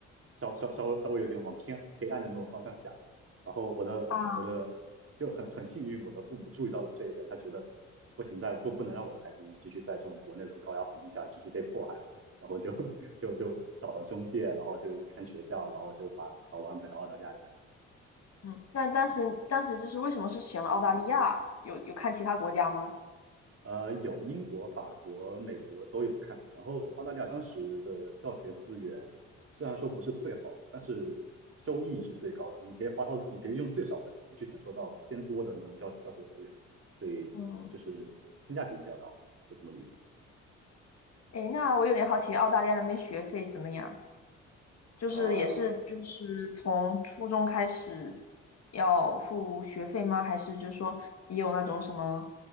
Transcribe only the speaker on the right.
稍稍稍微稍微有点往偏黑暗的那种方向想。然后我的我的就很很幸运，
我的父母注意到了这一点，他觉得不行，再不不能让我的孩子继续在这种国内这种高压环境下继续被迫害了。然后就 <laughs> 就就找了中介，然后就看学校，然后就把把我安排到澳大利亚来。
呃，有英国、法国、美国都有看。然后澳大利亚当时的教学资源虽然说不是最好的，但是收益是最高的。你可以花到，你可以用最少的钱去享受到偏多的那种教教学资源，所以就是性价比比较高，
可以这么理解。
呃，